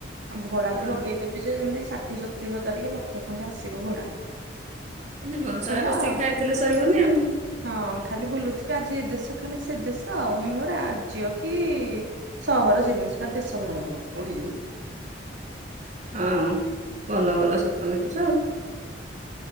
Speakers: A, on the right; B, on the right.
A: ଆଉ ଭଡା
B: ହଁ
A: ତ ଲଗେଇଦେବି ଯେ ଯେମିତି ଷାଠିଏ ସତୁରି ହଜାର କି ଲକ୍ଷେ ଖଣ୍ଡେ ଆସିବ ଭଡା।
B: ଜୀବନ ସାରା
A: ସରିଲା
B: ବସିକି
A: ଆଉ
B: ଖାଇଥିଲେ ସରିବନି ଆଉ।
A: ହଁ ଖାଲି ବୁଲୁଥିବେ ଆଜି ଏ ଦେଶ ଖାଲି ସେ ଦେଶ ଆଉ ମୋ ରାଜ୍ୟ କି ସହର ଯିବିନି ସିଧା ଦେଶ ବାହାରକୁ ଉଡିଯିବି।
B: ହଁ ଭଲ ଭଲ ସ୍ୱପ୍ନ ଦେଖୁଚ ଆଉ।